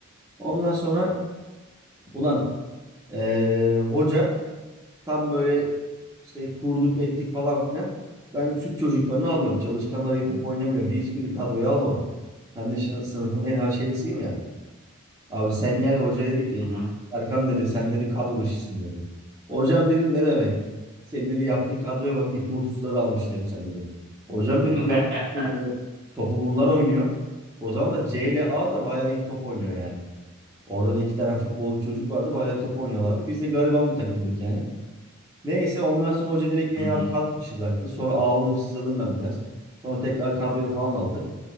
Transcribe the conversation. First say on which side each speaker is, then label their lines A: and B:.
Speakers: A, on the right; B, on the right.
A: Ondan sonra ulan ee, hoca Tam böyle işte kurduk ettik falan filan. Ben süt çocuklarını almıyorum. Çalışkanlar iyi top oynamıyor diye hiçbirini kadroya almadım. Ben de şimdi sınıfın en haşeresiyim ya. Abi sen gel hoca dedi ki
B: hı hı.
A: Serkan dedi sen dedi kadro dışısın dedi. Hocam dedim ne demek? Senin dedi yaptığın kadroya bak iti uğursuzları almışsın hep sen dedi. Hocam dedim
B: <laughs>
A: yap yani topu bunlar oynuyor. O zaman da C ile A da bayağı iyi top oynuyor yani. Orada da iki tane futbolcu çocuk vardı bayağı top oynuyorlardı. Biz de gariban bir takımdık yani. Neyse ondan sonra hoca direkt beni
B: Hı
A: abi
B: hı,
A: kadro dışı bıraktı. Sonra ağladım sızladım ben biraz. Sonra tekrar kadroya falan aldı.